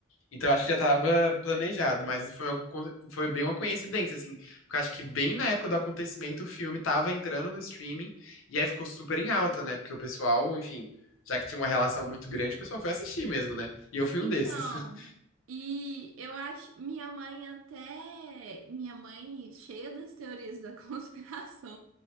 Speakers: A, on the left (about 80°); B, on the right (about 80°).
A: Então acho que já estava planejado, mas foi, uma co- foi bem uma coincidência, assim. Porque acho que bem na época do acontecimento o filme tava entrando no streaming e aí ficou super em alta, né? Porque o pessoal, enfim, já que tinha uma relação muito grande, o pessoal foi assistir mesmo, né? E eu fui um
B: Então,
A: desses. <laughs>
B: e eu acho, minha mãe até, minha mãe, cheia das teorias da <laughs> conspiração,